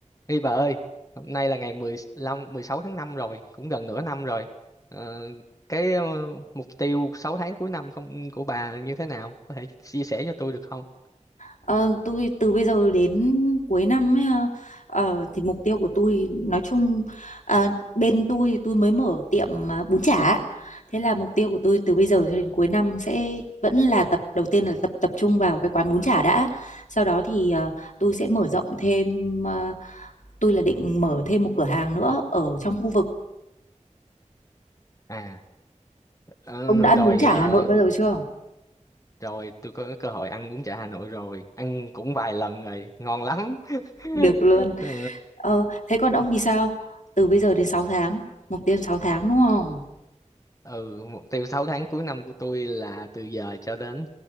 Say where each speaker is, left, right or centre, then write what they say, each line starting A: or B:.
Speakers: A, on the left (about 25°); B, on the left (about 75°).
A: Ê bà ơi, hôm nay là ngày 15, 16 tháng 5 rồi, cũng gần nửa năm rồi. Ờ, cái ờ, mục tiêu 6 tháng cuối năm không của bà như thế nào? Có thể chia sẻ cho tôi được không?
B: Ờ, tôi từ bây giờ đến cuối năm ấy, ha, ờ, thì mục tiêu của tôi nói chung ờ, bên tôi tôi mới mở tiệm à, bún chả thế là mục tiêu của tôi từ bây giờ cho đến cuối năm sẽ vẫn là tập đầu tiên là tập tập trung vào cái quán bún chả đã sau đó thì ờ, tôi sẽ mở rộng thêm ờ, tôi là định mở thêm một cửa hàng nữa ở trong khu vực
A: À, ờ,
B: ông đã ăn
A: rồi
B: bún chả
A: ờ,
B: Hà Nội bao giờ chưa
A: rồi tôi có cơ hội ăn bún chả Hà Nội rồi, ăn cũng vài lần rồi, ngon lắm. <laughs>
B: được luôn
A: Ờ,
B: Ờ, thế còn ông thì sao từ bây giờ đến 6 tháng mục tiêu 6 tháng đúng không
A: ừ mục tiêu 6 tháng cuối năm của tôi là từ giờ cho đến